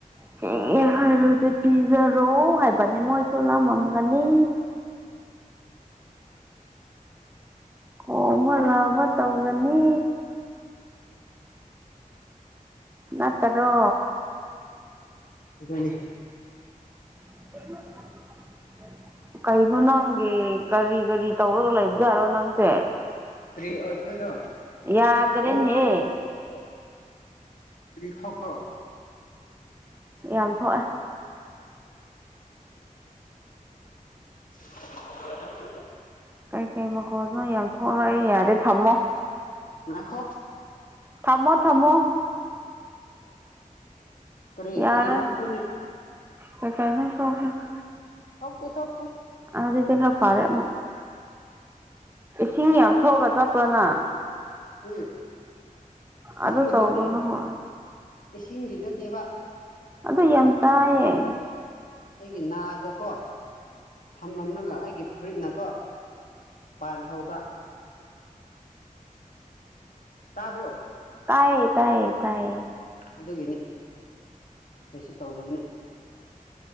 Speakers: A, on the right; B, on the left.
A: ꯊꯦꯡꯉꯦ ꯍꯥꯏꯔꯗꯤ ꯄꯤꯖꯔꯣ ꯍꯥꯏꯕꯅꯤ ꯃꯣꯏꯁꯨ ꯂꯥꯃꯝꯒꯅꯤ ꯈꯣꯡꯕ ꯂꯥꯎꯕ ꯇꯧꯔꯅꯤ ꯅꯠꯇꯔꯣ
B: ꯏꯕꯅꯤ
A: <unintelligible> ꯀꯩꯅꯣ ꯅꯪꯒꯤ ꯀꯔꯤ ꯀꯔꯤ ꯇꯧꯔꯒ ꯂꯩꯕꯖꯥꯔꯣ ꯅꯪꯁꯦ
B: ꯀꯔꯤ ꯑꯣꯏꯗꯣꯏꯔꯣ
A: ꯌꯥꯗ꯭ꯔꯦꯅꯦꯍꯦ
B: <unintelligible> ꯀꯔꯤ ꯊꯣꯛꯄ꯭ꯔꯣ
A: ꯌꯥꯝ ꯊꯣꯛꯑꯦ
B: <unintelligible>
A: ꯀꯔꯤ ꯀꯔꯤ ꯃꯈꯣꯟꯅꯣ ꯌꯥꯝ ꯊꯣꯛꯔꯛꯑꯦ ꯌꯥꯗꯦ ꯊꯝꯃꯣ
B: ꯉꯥꯏꯈꯣ
A: ꯊꯝꯃꯣ ꯊꯃꯣ
B: ꯀꯔꯤ
A: ꯌꯥꯔꯔꯣꯏ
B: ꯀꯔꯤ ꯊꯣꯛꯄ꯭ꯔꯥꯅꯦ
A: ꯀꯩ ꯀꯩꯅꯣ ꯊꯣꯛꯑꯦ <unintelligible>
B: ꯊꯣꯛꯇꯦ ꯊꯣꯛꯇꯦ
A: ꯑꯗꯨꯗꯤꯗꯤ ꯐꯔꯦ ꯑꯃꯨꯛ <unintelligible> ꯏꯁꯤꯡ ꯌꯥꯝ ꯁꯣꯛꯔꯒ ꯆꯠꯄ꯭ꯔꯥ ꯅꯪ
B: ꯎꯝ ꯏꯁꯤꯡꯒꯤ
A: ꯑꯗꯨ ꯇꯧꯒꯅꯨꯀꯣ
B: ꯅꯠꯇꯦ ꯏꯁꯤꯡꯒꯤ ꯅꯠꯇꯦꯕ
A: ꯑꯗꯨ ꯌꯥꯝ ꯇꯥꯏꯌꯦ
B: ꯑꯩꯒꯤ ꯅꯥꯗꯀꯣ ꯊꯝꯂꯝꯂꯒ ꯑꯩꯒꯤ ꯐꯨꯔꯤꯠꯅꯀꯣ ꯄꯥꯟ ꯍꯧꯕ ꯇꯥꯕ꯭ꯔꯣ
A: ꯇꯥꯏ ꯇꯥꯏ ꯇꯥꯏ
B: ꯑꯗꯨꯒꯤꯅꯤ ꯀꯣꯏꯁꯨ ꯇꯧꯗꯕꯅꯤ